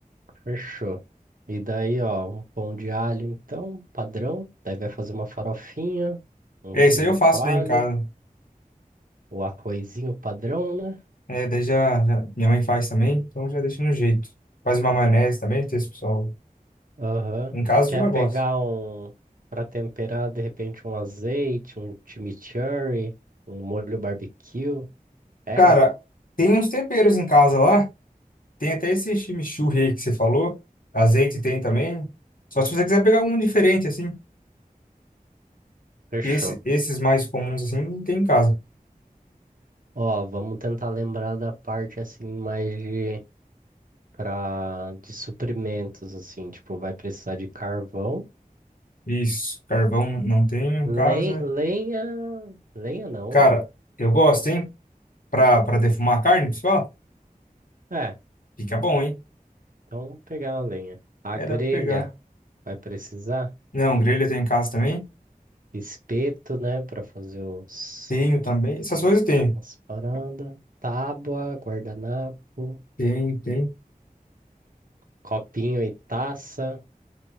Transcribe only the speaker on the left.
É, isso
aí eu faço
daí em casa.
É, daí já, já- minha mãe faz também, então já deixa no jeito. Faz uma maionese também, tem esse pessoal.
Em casa,
a turma gosta.
Cara, tem uns temperos em casa lá. Tem até esse chimichurri aí que você falou. Azeite tem também. Só se você quiser pegar algum diferente, assim.
que Esse, esses mais comuns, assim, não tem em casa.
Isso, carvão não não tem em
casa.
Cara, eu gosto, hein? Pra, pra defumar a carne, pessoal.
Fica bom, hein?
É,
dá pra pegar.
Não, grelha tem em casa também.
Tenho também. Essas coisas eu tenho.
Tem, tem.